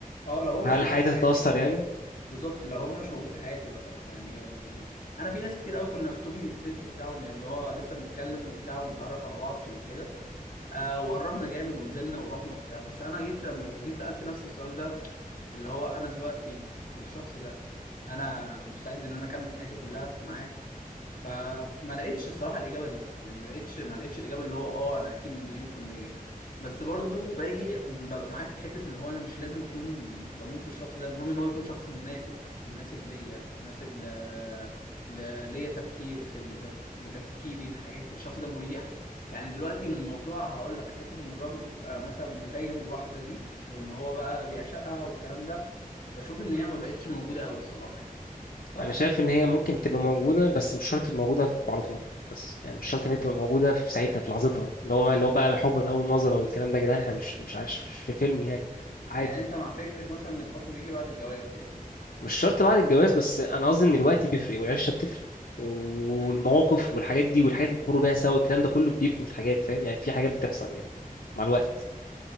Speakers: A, on the left (about 65°); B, on the left (about 80°).
A: اه لو هو مش
B: هل
A: موجود
B: حياتي
A: في حياتي
B: تتأثر يعني
A: بالظبط لو هو مش موجود في حياتي مثلا يعني ال... انا في ناس كتير قوي كنا في توكينج ستيج وبتاع وبن- اللي هو لسه بنتكلم وبتاع ونتعرف على بعض وكده آه وقربنا جامد ونزلنا ورحنا وبتاع بس انا جيت لما جيت سألت نفسي السؤال ده اللي هو انا دلوقتي الشخص ده انا مستعد ان انا اكمل حياتي كلها معاه فما لقيتش الصراحه الاجابه دي يعني ما لقيتش ما لقيتش الاجابه اللي هو اه انا اكيد مليون في الميه بس برضو باجي ببقى معاك في حته ان هو انا مش لازم اكون بموس الشخص ده المهم ان هو يكون شخص مناسب مناسب ليا مناسب ل... ل... ليا تفكير في لتف... لتفكيري لحياتي الشخص ده مريح يعني دلوقتي الموضوع هقول لك حته ان الراجل بيبقى مثلا متيم بواحده دي وان هو بقى بيعشقها والكلام ده بشوف ان هي ما بقتش موجوده قوي الصراحه يعني بس
B: انا شايف ان هي ممكن تبقى موجوده بس مش شرط تبقى موجوده على طول بس يعني مش شرط ان هي تبقى موجوده في ساعتها في لحظتها اللي هو اللي هو بقى حب من اول نظره والكلام ده يا جدعان احنا مش مش عايش مش في فيلم يعني يعني عادي
A: يعني انت
B: يعني
A: مع فكره مثلا ان الحب بيجي بعد الجواز يعني
B: مش شرط بعد الجواز بس انا قصدي ان الوقت بيفرق والعشره بتفرق والمواقف
A: امم
B: والحاجات دي والحاجات اللي بتمر بيها سوا الكلام ده كله بيبني الحاجات فاهم يعني في حاجات بتحصل يعني مع الوقت